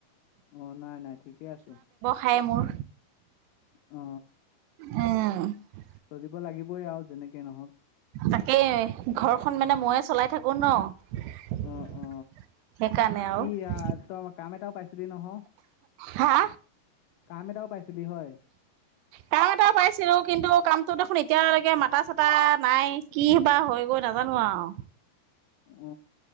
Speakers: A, on the left; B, on the right.
A: অ, নাই নাই। ঠিকেই আছে।
B: তাই মোৰ
A: অ।
B: অ।
A: চলিব লাগিবই আৰু যেনেকে নহওক।
B: তাকেই। ঘৰখন মানে
A: উম
B: ময়ে চলাই থাকো ন। সেইকাৰণে
A: অ অ
B: আৰু।
A: কি আহ তই কাম এটাও পাইছিলি নহয়।
B: হা
A: কাম এটাও পাইছিলি হয়?
B: কাম এটা পাইছিলো, কিন্তু কামটো দেখোন এতিয়ালৈকে মাতা চাতা। নাই কি বা হৈ <unintelligible> নাজানো আওঁ।
A: অহ